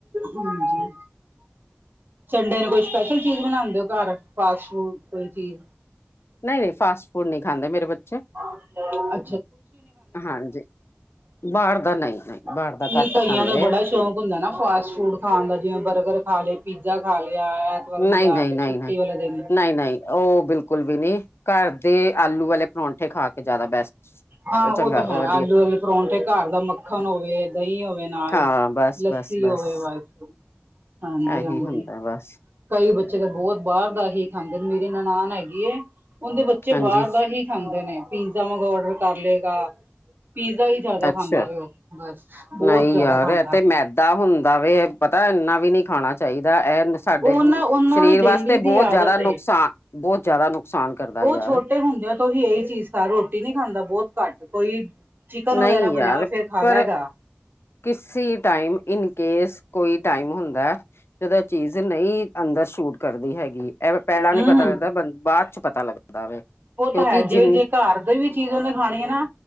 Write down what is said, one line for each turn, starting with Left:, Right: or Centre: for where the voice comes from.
Right: ਹਾਂਜੀ। ਸੰਡੇ ਨੂੰ ਕੋਈ ਸਪੈਸ਼ਲ ਚੀਜ਼ ਬਣਾਉਂਦੇ ਹੋ ਘਰ, ਫਾਸਟ ਫੂਡ ਕੋਈ ਚੀਜ਼
Left: ਨਹੀਂ ਨਹੀਂ, ਫਾਸਟ ਫੂਡ ਨਹੀਂ ਖਾਂਦੇ ਮੇਰੇ ਬੱਚੇ
Right: ਹ
Left: ਹਾਂਜੀ, ਬਾਹਰ ਦਾ ਨਹੀਂ ਨਹੀਂ, ਬਾਹਰ
Right: ਨਹੀਂ
Left: ਦਾ ਘੱਟ
Right: ਕਈਆਂ
Left: ਖਾਂਦੇ
Right: ਦਾ ਬੜਾ
Left: ਆ।
Right: ਸ਼ੌਕ ਹੁੰਦਾ ਨਾ ਫਾਸਟ ਫੂਡ ਖਾਣ ਦਾ, ਜਵੇਂ ਬਰਗਰ ਖਾ ਲਏ, ਪੀਜ਼ਾ ਖਾ ਲਿਆ। ਐਤਵਾਰ ਮੰਗਵਾ
Left: ਨਹੀਂ ਨਹੀਂ
Right: ਕੇ
Left: ਨਹੀਂ
Right: ਛੁੱਟੀ
Left: ਨਹੀਂ,
Right: ਵਾਲੇ ਦਿਨ
Left: ਨਹੀਂ ਨਹੀਂ, ਉਹ ਬਿਲਕੁਲ ਵੀ ਨਹੀਂ, ਘਰ ਦੇ ਆਲੂ ਵਾਲੇ ਪਰੌਂਠੇ ਖਾ ਕੇ ਜ਼ਿਆਦਾ ਬੈਸਟ
Right: ਹਾਂ ਉਹ
Left: ਚੰਗਾ
Right: ਤਾਂ ਹੈ,
Left: ਵਧੀਆ
Right: ਆਲੂ ਆਲੇ ਪਰੌਂਠੇ, ਘਰ ਦਾ ਮੱਖਣ ਹੋਵੇ, ਦਹੀਂ ਹੋਵੇ ਨਾਲ
Left: ਹਾਂ ਬਸ
Right: ਲੱਸੀ
Left: ਬਸ ਬਸ
Right: ਹੋਵੇ, ਵਸ ਹਾਂਜੀ,
Left: ਇਹੀ ਹੁੰਦਾ ਬਸ
Right: ਕਈ ਬੱਚੇ ਤਾਂ ਬਹੁਤ ਬਾਹਰ ਦਾ ਹੀ ਖਾਂਦੇ ਨੇ, ਮੇਰੀ ਨਨਾਨ ਹੈਗੀ ਐ ਉਹਦੇ ਬੱਚੇ ਬਾਹਰ
Left: ਹਾਂਜੀ
Right: ਦਾ ਹੀ ਖਾਂਦੇ ਨੇ, ਪੀਜ਼ਾ ਆਰਡਰ ਕਰ ਲਏਗਾ, ਪੀਜ਼ਾ ਹੀ
Left: ਅੱਛਾ
Right: ਖਾਂਦਾ ਵੀ ਉਹ ਬਸ ਬਹੁਤ
Left: ਨਹੀਂ
Right: ਜ਼ਿਆਦਾ
Left: ਯਾਰ,
Right: ਖਾਂਦਾ
Left: ਇਹ ਤੇ ਮੈਦਾ ਹੁੰਦਾ ਵ ਪਤਾ ਇੰਨਾ ਵੀ ਨਹੀਂ ਖਾਣਾ ਚਾਹੀਦਾ, ਇਹ ਸਾਡੇ
Right: ਉਹ ਨਾ ਉਹਨਾਂ
Left: ਸਰੀਰ
Right: ਦੀ ਡੇਲੀ
Left: ਵਾਸਤੇ
Right: ਦੀ
Left: ਬਹੁਤ
Right: ਆਦਤ
Left: ਜ਼ਿਆਦਾ ਨੁਕਸਾਨ,
Right: ਏ
Left: ਬਹੁਤ ਜ਼ਿਆਦਾ ਨੁਕਸਾਨ ਕਰਦਾ,
Right: ਉਹ
Left: ਯਾਰ
Right: ਛੋਟੇ ਹੁੰਦਿਆਂ ਤੋਂ ਹੀ ਇਹੀ ਚੀਜ਼ ਖ ਰੋਟੀ ਨਹੀਂ ਖਾਂਦਾ ਬਹੁਤ ਘੱਟ, ਕੋਈ ਚਿਕਨ
Left: ਨਹੀਂ
Right: ਵਗੈਰਾ ਬਣਿਆ
Left: ਯਾਰ
Right: ਹੋ ਫੇਰ ਖਾ
Left: ਪਰ
Right: ਲੈਗਾ।
Left: ਕਿਸੇ ਟਾਈਮ ਇਨਕੇਸ, ਕੋਈ ਟਾਈਮ ਹੁੰਦਾ ਜਦੋਂ ਚੀਜ਼ ਨਹੀਂ ਅੰਦਰ ਸ਼ੂਟ ਕਰਦੀ ਹੈਗੀ, ਐ ਪੈਲਾਂ
Right: ਹੂੰ
Left: ਨੀ ਪਤਾ
Right: ਹੂੰ
Left: ਲੱਗਦਾ ਬੰ ਬਾਅਦ ਚ' ਪਤਾ ਲੱਗਦਾ ਵੇ।
Right: ਉਹ
Left: ਕਿਉਂਕਿ
Right: ਤਾਂ ਹੈ, ਜੇ
Left: ਜਿੰਨ
Right: ਜੇ ਘਰ ਦੀ ਵੀ ਚੀਜ਼ ਉਹਨੇ ਖਾਣੀ ਹੈ ਨਾ,